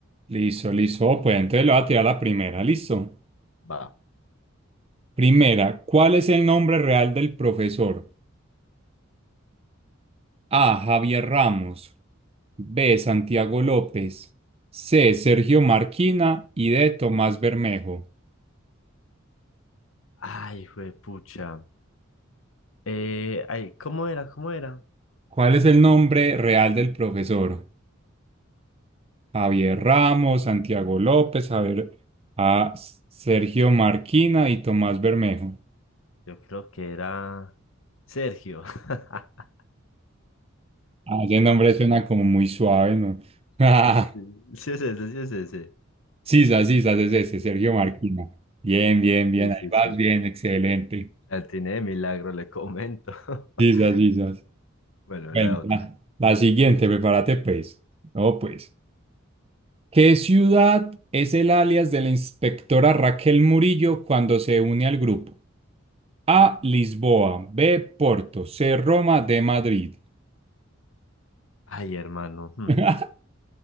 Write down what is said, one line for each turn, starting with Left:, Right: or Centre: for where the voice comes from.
Right: Listo, listo. Oh, Pues entonces le voy a tirar la primera, listo.
Left: Va.
Right: Primera, ¿cuál es el nombre real del profesor? A. Javier Ramos. B. Santiago López. C. Sergio Marquina y D. Tomás Bermejo.
Left: Ay, juepucha. Eh, ay, ¿cómo era? ¿Cómo era?
Right: ¿Cuál es el nombre real del profesor? Javier Ramos, Santiago López, Javier, A. Sergio Marquina y Tomás Bermejo.
Left: Yo creo que era Sergio. <laughs>
Right: Ah, ese nombre suena como muy suave, ¿no? <laughs>
Left: Sí, sí es ese, sí es ese.
Right: Sisas, Sisas es ese, Sergio Marquina. Bien, bien, bien,
Left: Sí,
Right: ahí
Left: sí,
Right: vas
Left: sí.
Right: bien, excelente.
Left: La atiné de milagro, le comento. <laughs>
Right: Sisas, Sisas.
Left: Bueno,
Right: Bueno,
Left: la otra.
Right: la, la siguiente, prepárate pues. No, pues. ¿Qué ciudad es el alias de la inspectora Raquel Murillo cuando se une al grupo? A, Lisboa, B, Porto, C, Roma, D, Madrid.
Left: Ay, hermano. hmm.
Right: <laughs>